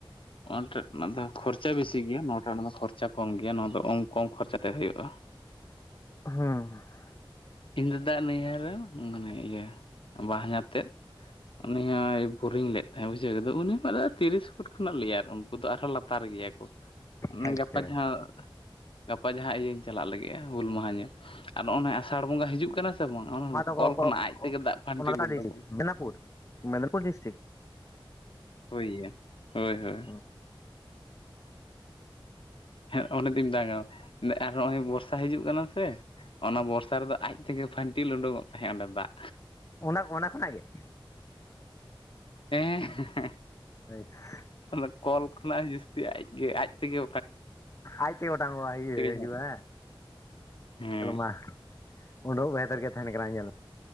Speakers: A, on the left (about 70°); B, on the left (about 35°).
A: ᱚᱱᱟᱴᱟᱜ ᱫᱚ ᱠᱷᱚᱨᱪᱟ ᱵᱮᱥᱤ ᱜᱮᱭᱟ <unintelligible> ᱚᱱᱟ ᱠᱷᱚᱨᱪᱟ ᱠᱚᱢ ᱜᱮᱭᱟ ᱱᱚᱣᱟ ᱫᱚ ᱚᱝ ᱠᱚᱝ ᱠᱚᱢ ᱠᱷᱚᱨᱪᱟ ᱛᱮ ᱦᱳᱭᱳᱜᱼᱟ
B: ᱦᱩᱸ
A: ᱤᱧ ᱫᱟᱫᱟ ᱟᱜ ᱱᱟᱹᱭᱦᱟᱹᱨ ᱨᱮ ᱢᱟᱱᱮ ᱤᱭᱟᱹ ᱵᱟᱧᱦᱟᱨ ᱛᱮᱫ ᱩᱱᱤ ᱦᱚᱸᱭᱼᱼ ᱵᱳᱨᱤᱝ ᱞᱮᱫ ᱛᱟᱦᱮᱸ ᱵᱩᱡᱷᱟᱹᱣ <unintelligible> ᱛᱤᱨᱤᱥ ᱯᱷᱩᱴ ᱠᱷᱚᱱᱟᱜ ᱞᱮᱭᱟᱨ ᱩᱱᱠᱩ ᱫᱚ ᱟᱨᱦᱚᱸ ᱞᱟᱛᱟᱨᱼᱼ ᱞᱟᱛᱟᱨ ᱜᱮᱭᱟ ᱠᱚ ᱢᱟᱱᱮ
B: ᱟᱪᱪᱷᱟ
A: ᱜᱟᱯᱟ ᱡᱟᱦᱟᱸ, ᱜᱟᱯᱟ ᱡᱟᱦᱟᱸ ᱤᱭᱟᱹᱧ ᱪᱟᱞᱟᱜ ᱞᱟᱹᱜᱤᱫᱼᱟ ᱦᱩᱞ ᱢᱟᱦᱟ ᱧᱮᱞ ᱟᱨ ᱱᱚᱜᱼᱚᱱᱟ ᱟᱥᱟᱲ ᱵᱚᱸᱜᱟ ᱦᱤᱡᱩᱜ ᱠᱟᱱᱟᱼᱼ ᱥᱮ ᱵᱟᱝ ᱚᱱᱟ
B: ᱱᱚᱣᱟ ᱫᱚ ᱚᱠᱚ
A: ᱠᱚᱞ ᱠᱷᱚᱱᱟᱜ
B: ᱚᱠᱚ-
A: ᱟᱡ ᱛᱮᱜᱮ
B: ᱚ-
A: ᱫᱟᱜ ᱯᱷᱟᱱᱴᱤᱞ
B: ᱚᱱᱟ ᱫᱚ ᱚᱠᱟ
A: ᱳᱰᱳᱝᱚᱜᱼᱟ᱾
B: ᱰᱤᱥᱴᱤᱠ ᱵᱮᱱᱟᱯᱩᱨ ᱢᱮᱫᱽᱱᱤᱯᱩᱨ ᱰᱤᱥᱴᱤᱠ
A: ᱦᱳᱭᱭᱟ ᱦᱳᱭ ᱦᱳᱭ
B: ᱦᱚᱢ
A: ᱦᱮᱸ ᱩᱱᱤ ᱫᱚ ᱤᱧ <unintelligible> ᱟᱨ ᱱᱚᱜᱼᱚᱭ ᱵᱚᱨᱥᱟ ᱦᱤᱡᱩᱜ ᱠᱟᱱᱟ ᱥᱮ ᱚᱱᱟ ᱵᱚᱨᱥᱟ ᱨᱮᱫᱚ ᱟᱡᱼᱼ ᱛᱮᱜᱮ ᱯᱷᱟᱹᱱᱴᱤᱞ ᱩᱰᱩᱠᱚᱜ ᱛᱟᱦᱮᱸᱜ ᱚᱸᱰᱮ ᱫᱟᱜ᱾
B: ᱚᱱᱟ ᱚᱱᱟ ᱠᱷᱚᱱᱟᱜ ᱜᱮ?
A: ᱦᱮᱸ ᱦᱮᱸ ᱦᱮᱸ᱾
B: <unintelligible>
A: ᱚᱱᱟ ᱠᱚᱞ ᱠᱷᱚᱱᱟᱜ ᱡᱟᱹᱥᱛᱤ ᱟᱡᱜᱮ ᱟᱡ ᱛᱮᱜᱮᱼᱼ
B: ᱟᱡᱛᱮ ᱚᱴᱟᱝᱚᱜᱼᱟ ᱤᱭᱟᱹ ᱦᱤᱡᱩᱜ
A: ᱡᱷᱟᱨ
B: ᱟ
A: ᱦᱮᱸ
B: ᱦᱮᱸᱼᱼ ᱢᱟ ᱩᱰᱩᱠ ᱵᱷᱮᱛᱟᱨ ᱜᱮ ᱛᱟᱦᱮᱱ ᱠᱟᱱᱟ ᱧᱮᱞ